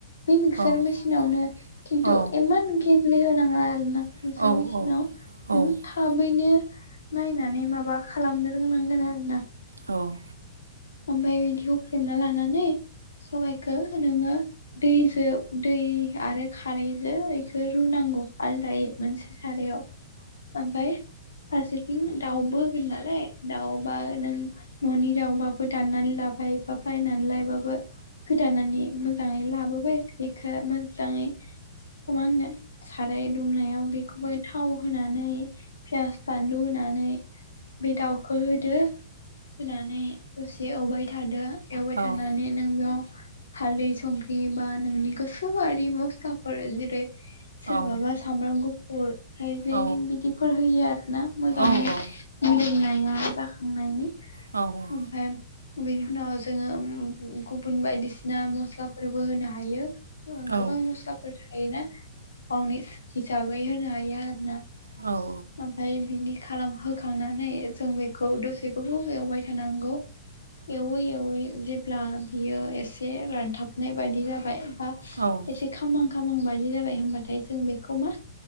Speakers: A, on the left (about 70°); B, on the right (about 75°).
A: बे मिक्सार
B: औ
A: मेसिनावनो खिन्थु
B: औ
A: इमान गेब्लेहोनाङा आरोना
B: औ
A: मिखसार मेसिनाव नों था थाबैनो नायनानै माबा खालामनो रोंनांगोन आरोना
B: औ
A: ओमफ्राय बिदि हुख्रेमना लानानै सबाइखौ नोङो दैजों दै आरो खारैजों बेखौ रुनांगौ आलदायै मोनसे सारायाव ओमफाय फारसेथिं दाउबो होगोन नालाय दाउबा नों न'नि दाउबा बो दाननानै लाबाय बा बायनानै लायबाबो गोदानानै मोजाङै लाबोबाय बेखो मोजाङै समान नो साराय दुंनायाव बेखौबो थाव होनानै पियास बानलु होनानै बे दाउखौ होदो होनानै दसे एवबाय थादो एवबाय थानानै
B: औ
A: नों बेयाव हालदै संख्रि बा नोंनि गोसो बादि मस्लाफोर जेरै सोरबाबा
B: औ औ
A: सामब्राम गुफुर हाइजें
B: औ
A: बिदिफोर होयो आरोना मोजाङै
B: औ औ
A: मोदोमनाया जाखांनायनि
B: औ औ
A: फाय बेनि उनाव जोङो गुबुन बायदिसिना मस्लाफोरबो होनो हायो
B: औ
A: गोबां मस्लाफोर थायोना गावनि हिसाबै होनो हायो आरो ना
B: औ औ
A: ओमफ्राय बिनि खालाम होखांनानै जों बेखौ दसे गोबाव एवबाय थानांगौ एवै एवै जेब्ला बियो एसे रानथाबनाय बायदि जाबाय बा
B: औ
A: एसे खामहां खामहांबादि जाबाय होमबाथाय जों बेखौ मा